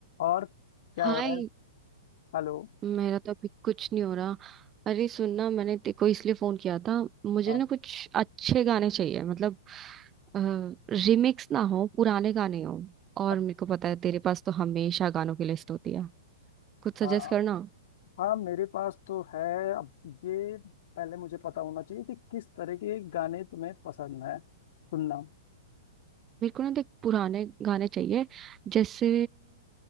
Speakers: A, on the left; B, on the right.
A: और क्या
B: हाय
A: हो रहा है हेलो
B: मेरा तो अभी कुछ नहीं हो रहा अरे सुनना मैंने तेरे को इसलिए फोन किया था मुझे
A: हाँ
B: ना कुछ अच्छे गाने चाहिए मतलब रिमिक्स ना हो पुराने गाने हो और
A: अ-
B: मेरे को पता है तेरे पास तो हमेशा गानों की लिस्ट होती है कुछ
A: हाँ
B: सजेस्ट करना
A: हाँ मेरे पास तो है अब ये पहले मुझे पता होना चाहिए कि किस तरह के गाने तुम्हें पसंद है सुनना
B: मेरे को ना देख पुराने गाने चाहिए जैसे